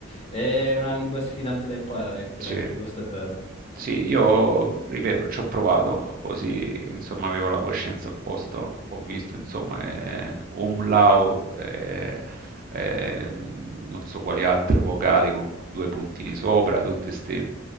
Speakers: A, on the left; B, on the right.
A: È una lingua sfidante da imparare il tedesco,
B: Sì.
A: questo è vero.
B: Sì, io ripeto, ci ho provato, così insomma avevo la coscienza a posto, ho visto insomma
A: Mm.
B: eh, umlau, eh, eh, non so quali altre vocali con due puntini sopra, tutte queste